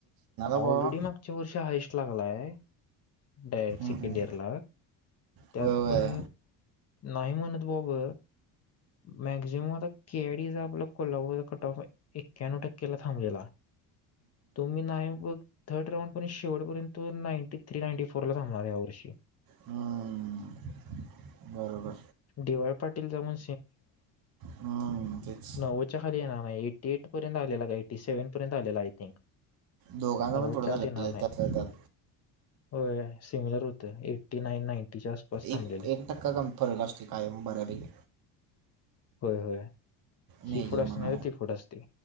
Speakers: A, on the right; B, on the left.
A: बाबा
B: ऑलरेडी मागच्या वर्ष हाईस्ट लागलाय.. डायरेक्ट
A: हम्म,
B: सेकंड
A: हम्म.
B: इयरला त्यात
A: होय होय
B: पण नाही म्हणत... बोब... मॅक्झिमम आता कॅडीचा आपला कोला कट ऑफ एक्यानव टक्केला थांबलेला... तुम्ही नाही थर्ड रांउड पर्य शेवटपर्यंत नाटी थ्री नाईंटी फोर ला थांबणार या वर्षी...
A: हम्म. बरोबर
B: डी वाय पाटील जाऊन
A: हम्म, तेच
B: नव्वद च्या खाली येणार नाही ऐटीएट पर्यंत आलेला का... सेव्हन पर्यंत आलेला आय थिंक..
A: दोघांना
B: नव्वदच्या
A: पण थोडं चाल
B: आत येणार नाही
A: त्यातात..
B: होय सिमिलर होतं एट्टी नाईन नाईन्टीच्या आसपास थांबलेले
A: एक एक टक्का कमी फरक असते काय.. मऱ्या ब ग
B: होय हो... हि
A: मेजर
B: फुट असते
A: म्हणा
B: नाही तर ती फुट असते...